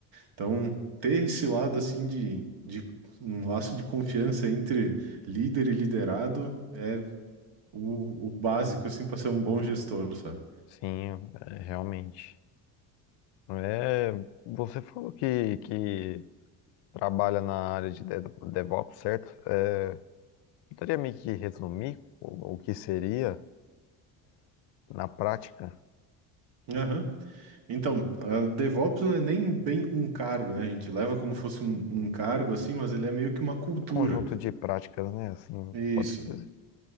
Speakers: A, on the right (about 60°); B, on the left (about 60°).
A: Então, ter esse lado assim de, de um laço de confiança entre líder e liderado é o, o básico assim para ser um bom gestor, sabe?
B: Sim, é, realmente. É, você falou que, que trabalha na área de de- DevOps, certo? É, poderia meio que resumir o, o que seria, na prática,
A: Aham. Então, a DevOps não é nem bem um cargo, né? A gente leva como fosse um, um cargo assim, mas ele é meio que uma cultura.
B: um conjunto de práticas, né? Assim,
A: Isso.
B: pode-se dizer.